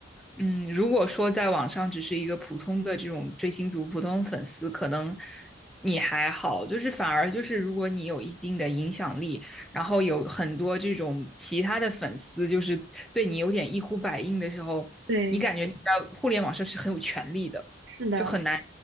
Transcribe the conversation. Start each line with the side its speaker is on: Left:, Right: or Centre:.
Centre: 嗯，如果说在网上只是一个普通的这种追星族、普通粉丝，可能你还好，就是反而就是如果你有一定的影响力，然后有很多这种其他的粉丝，就是对你有点一呼百应的时候，
Right: 对，
Centre: 你感觉你在互联网上是很有权利的，
Right: 是的。
Centre: 就很难